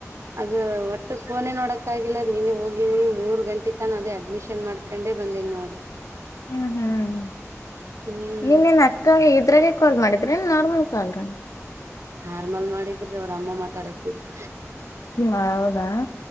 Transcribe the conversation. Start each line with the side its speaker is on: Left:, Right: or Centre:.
Right: ಅದು ಒಟ್ಟು ಫೋನೇ ನೋಡಕ್ ಆಗಿಲ್ಲ ನೀನೇ ಹೋಗಿವಿ ಮೂರ್ ಗಂಟಿ ತನ ಅದೇ ಅಡ್ಮಿಷನ್ ಮಾಡ್ಕೊಂಡೆ ಬಂದೀನಿ ನೋಡ್ರಿ
Left: ಹ್ಮ್ ಹ್ಮ್
Right: ಹ್ಮ್
Left: ನೀನ್ ನಿನ್ ಅಕ್ಕ ಇದ್ರಾಗೆ ಕಾಲ್ ಮಾಡಿದ ಡ್ರೆನ್ ನಾರ್ಮಲ್ ಕಾಲರ
Right: ನಾರ್ಮಲ್ ಮಾಡಿದ್ರಿ ಅವ್ರ ಅಮ್ಮ ಮಾತಾಡತಿದರು
Left: ಹ ಹೌದಾ